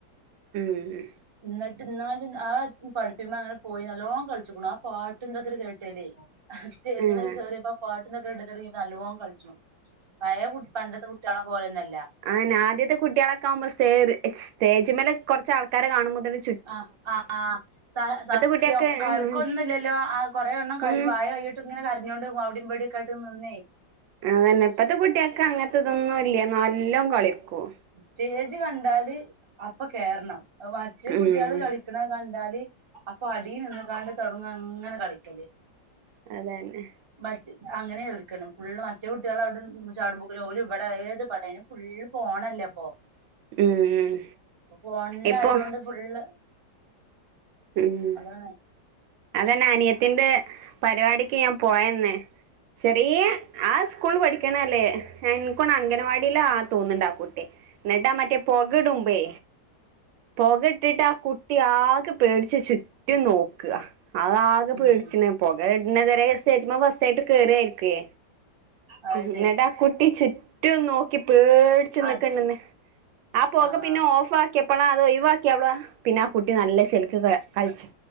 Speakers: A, on the right; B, on the right.
A: ഉം ഉം
B: ന്നെട്ട് ന്നാലും ആ പഠിപ്പിക്ക്ണ്‌മെ അങ്ങെനെ പോയി നല്ലോം കൾച്ച്ക്ക്ണു ആ പാട്ടുംതൊക്കേണ്ട് കേട്ടേലേ സ്റ്റേജ്മലാണ്ട്
A: ഉം
B: കേറ്യേപ്പം പാട്ടുംതൊക്കെ ഇടെലൊട്ങ്ങ്യപ്പം നല്ലോം കൾച്ചും പയേ കുട് പണ്ടത്തെ കുട്ട്യാളെ പോലെന്നും എല്ലാ
A: അതെന്നെ ആദ്യത്തെ കുട്ട്യാളക്കവുമ്പം സ്റ്റേ സ്റ്റേജ്മല് കൊർച്ചാൾക്കാരെ കാണുമ്പോത്ത്ന്
B: ആഹ് അഹ് ആഹ് സ സത്യം
A: കുട്ടികക്ക്
B: കളിക്കൊന്നുല്ലല്ലോ
A: ഉം
B: ആഹ് കാെറേ എണ്ണം കൈ
A: ഉം
B: വായേ കൈയ്യിട്ട്ങ്ങെനെ കരഞ്ഞോണ്ട് അവ്ടിം ബെട്യൊക്കായ് ട്ട്ന്ന്ന്നേ
A: അതെന്നെ ഇപ്പത്തെ കുട്ട്യാക്കങ്ങൻത്തതൊന്നുംല്ല്യാ നല്ലോം കളിക്കും
B: സ്റ്റേജ് കണ്ടാല് അപ്പ കേർണം അത് മറ്റേ
A: ഉം
B: കുട്ട്യാള് കളി ക്ക്ണത് കണ്ടാല് അപ്പൊ അടീ നിന്ന്ക്കാണ്ട് തൊട്ങ്ങും അങ്ങെനെ കളിക്കെല്
A: അതെന്നെ
B: മറ്റ് അങ്ങനേൽക്ക്ണം ഫുള്ള് മറ്റെ കുട്ട്‌യാളവ്ടെ ചാട്മ്പോക്ക്ലും ഓല് വെടെ ഏത് പടേനും ഫുൾ ഫോണ ല്ലെപ്പൊ
A: ഉം
B: പ്പാെ ഫോൺലായതോണ്ട്
A: ഇപ്പൊ
B: ഫുള്ള്
A: ഉം
B: അതാണ്
A: അതെന്നെ അനിയത്തിന്റെ പരിവാടിക്ക് ഞാൻ പോയന്ന് ചെറിയെ ആ സ്കൂൾള് പഠിക്ക്ണെല്ലേ ഇൻക്കാേണ് അഗനവാടിലാ തോന്ന്ണ്ടാ കുട്ടി ന്നെട്ടാ ആ മറ്റേ പൊകടുമ്പേ പൊകട്ടിട്ടാ കുട്ടി ആകെ പേട്ച്ച് ചുറ്റും നോക്ക അത് ആകെ
B: ഉം
A: പേട്ച്ച്ണ് പാെക ഇട്ന്നെതെരെ സ്റ്റേജ്‌മെ ഫസ്റ്റായ്ട്ട് കേറായ്ര്ക്കേ
B: അത്
A: ന്നെട്ടാ
B: ശരി
A: കുട്ടി ചുറ്റും നോക്കി പേട്ച്ച്ന്ന്ക്ക്ണ്ന്ന്
B: അത്
A: ആ പാെക
B: ആഹ്
A: പിന്നെ ഓഫാക്ക്യപ്പളാ അത് ഒയ്‌വാക്ക്യപ്പളാ പിന്നെ ആ കുട്ടി നല്ല ചേ ൽക്ക് ക കൾച്ച്